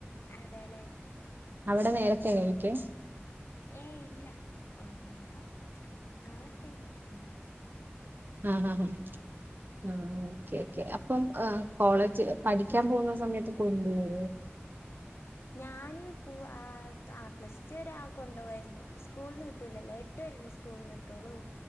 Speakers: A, on the left; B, on the right.
A: അതെലെ
B: അവിടെ നേരത്തെ എണീക്കും
A: ഏ ഇല്ല ഒന്നര ആ ഒരു ടൈമൊക്കെ ആമ്പം
B: ആ ഹാ ഉം ആ ഓക്കെ ഓക്കെ അപ്പം കോളേജ് പഠിക്കാ പോകുന്ന സമയത്ത് കൊണ്ടൊവോ
A: ഞാന് പോവ് ആ പ്ലസ് ടു വരെ ആ കൊണ്ടുവായിരുന്നു സ്കൂളിന്ന് കിട്ടൂലല്ലോ എട്ട് വരെല്ലേ സ്കൂളിന്ന് കിട്ടൊള്ളൂ